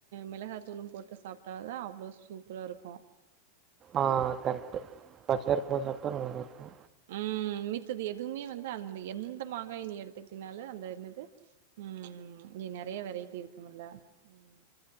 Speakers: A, on the right (about 55°); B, on the right (about 30°).
A: மிளகாத்தூளும் போட்டு சாப்பிட்ட தா அவ்ளோ சூப்பரா இருக்கு
B: ஆ கரெக்ட் பச்சையா இருக்கறது சாப்பிட்டா நல்லதா இருக்கு
A: ம் மித்தது எதுவுமே வந்து அந்த எந்த மாங்காய் நீ எடுத்துட்டினாலு அந்த என்னது ம் இங்க நெறைய வெரைட்டி இருக்குமல்ல ம்